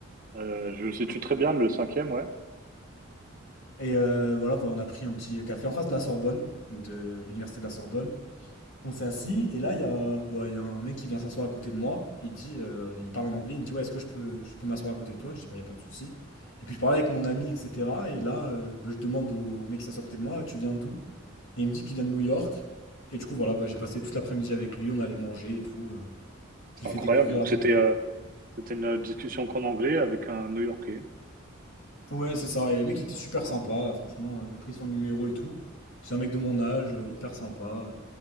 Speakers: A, on the right; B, on the left.
A: Euh, je situe très bien le cinquième, ouais.
B: Et euh, voilà, bah, on a pris un petit café en face de la Sorbonne, de l'université de la Sorbonne. On s'est assis et là, il y a, bah, il y a un mec qui vient s'asseoir à côté de moi. Il dit, euh, il parle en anglais, il me dit, ouais, est-ce que je peux, je peux m'asseoir à côté de toi? Je dis, bah, il n'y a pas de souci. Et puis je parlais avec mon ami, etc. Et là, euh, bah, je demande au mec qui s'assoit à côté de moi, tu viens d'où? Et il me dit qu'il vient de New York. Et du coup, voilà, bah, j'ai passé toute l'après-midi avec lui, on allait manger et tout. euh.
A: C'est
B: je lui ai
A: incroyable.
B: fait découvrir
A: Donc
B: un peu.
A: c'était euh, c'était une discussion qu'en anglais avec un New-Yorkais.
B: Ouais, c'est ça. Et le mec il était super sympa, franchement. euh, J'ai pris son numéro et tout. C'est un mec de mon âge, euh, hyper sympa.